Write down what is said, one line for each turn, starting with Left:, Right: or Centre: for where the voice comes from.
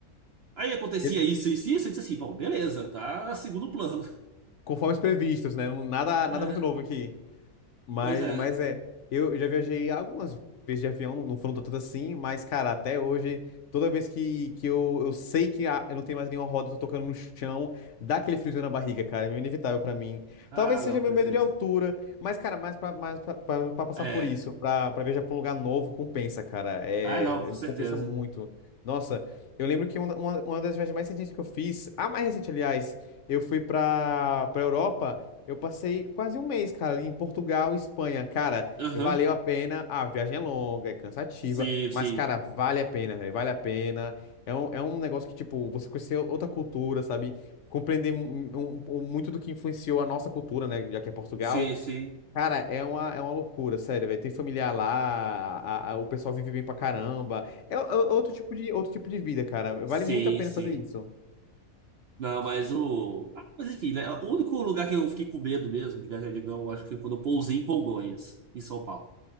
Right: Aí acontecia
Left: E-
Right: isso, isso e isso, eu disse assim: bom, beleza, tá segundo plano. <laughs>
Left: Conforme os previstos, né? Não- Nada,
Right: É,
Left: nada muito novo aqui. Mas,
Right: pois é.
Left: mas é, eu já viajei algumas vezes de avião, não foram tantas assim, mas, cara, até hoje, toda vez que, que eu, eu sei que a- eu não tenho mais nenhuma roda, tô tocando no chão, dá aquele friozinho na barriga, cara, é meio inevitável pra mim.
Right: Ah,
Left: Talvez
Right: não,
Left: seja meu
Right: perfeito.
Left: medo de altura, mas, cara, mais pra, mais pra, pra- pra passar
Right: É.
Left: por isso, pra, pra viajar pra um lugar novo, compensa, cara, é,
Right: Ah, não, com
Left: é,
Right: certeza.
Left: compensa muito. Nossa, eu lembro que uma, uma, uma das viagens mais recentes que eu fiz, a mais recente, aliás, eu fui pra, pra Europa. Eu passei quase um mês, cara, ali em Portugal, Espanha. Cara,
Right: Aham.
Left: valeu a pena. A viagem é longa, é cansativa,
Right: Sim,
Left: mas,
Right: sim.
Left: cara, vale a pena, velho. Vale a pena. É um, é um negócio que, tipo, você conhecer outra cultura, sabe? Compreender mu- um- um- muito do que influenciou a nossa cultura, né? Já que é Portugal.
Right: Sim, sim.
Left: Cara, é uma, é uma loucura, sério, velho. Tem familiar lá, a- a- o pessoal vive bem pra caramba. É, o- é outro tipo de, outro tipo de vida, cara.
Right: Sim,
Left: Vale muito a pena
Right: sim.
Left: fazer isso.
Right: Não, mas o. Ah, mas enfim, né? O único lugar que eu fiquei com medo mesmo de viajar de avião, eu acho que foi quando eu pousei em Congonhas, em São Paulo.